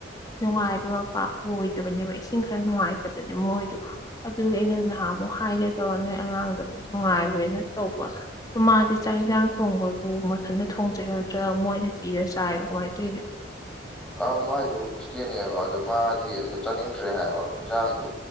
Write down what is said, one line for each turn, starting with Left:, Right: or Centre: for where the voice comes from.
Left: ꯅꯨꯡꯉꯥꯏꯕ ꯃꯄꯥ ꯑꯣꯏꯗꯕꯅꯦꯕ ꯏꯁꯤꯡ ꯈꯔ ꯅꯨꯡꯉꯥꯏꯇꯕꯅꯦ ꯃꯣꯏꯗꯨ ꯑꯗꯨꯒꯤ ꯑꯩꯅ ꯅꯍꯥꯟꯃꯨꯛ ꯍꯥꯏꯒꯦ ꯇꯧꯔ ꯅꯣꯏ ꯑꯉꯥꯡꯒꯩ ꯅꯨꯡꯉꯥꯏꯒ꯭ꯔ‌ꯣꯏꯅ ꯇꯧꯕ ꯃꯥꯗꯤ ꯆꯥꯛ ꯌꯦꯟꯁꯥꯡ ꯊꯣꯡꯕꯗꯣ ꯃꯊꯟꯇ ꯊꯣꯡꯖꯩꯔ‌ꯣ ꯅꯠꯇ꯭ꯔ ꯃꯣꯏꯅ ꯄꯤꯔ ꯆꯥꯏꯔꯣ ꯀꯃꯥꯏ ꯇꯧꯏꯅꯣ
Centre: ꯑꯥ ꯃꯥꯏꯗꯣ ꯍꯣꯁꯇꯦꯟꯅꯦꯕ ꯑꯗꯨ ꯃꯥꯗꯤ ꯑꯗꯨ ꯆꯥꯅꯤꯡꯗ꯭ꯔꯦ ꯍꯥꯏꯕ ꯏꯟꯖꯥꯡꯗꯨ